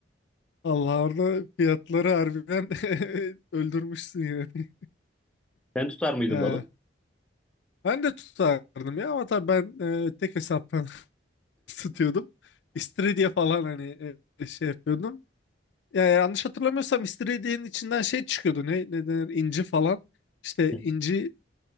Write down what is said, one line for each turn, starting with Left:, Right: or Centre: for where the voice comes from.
Left: Allah orada fiyatları harbiden <laughs> öldürmüşsün yani.
Centre: Sen tutar mıydın
Left: Ee,
Centre: balık?
Left: ben de tutardım ya ama tabii ben e, tek hesaptan <laughs> tutuyordum. İstiridye falan hani e, şey yapıyordum. Yani yanlış hatırlamıyorsam istiridyenin içinden şey çıkıyordu. Ne, ne denir? İnci falan. İşte
Centre: Hı
Left: inci.
Centre: hı.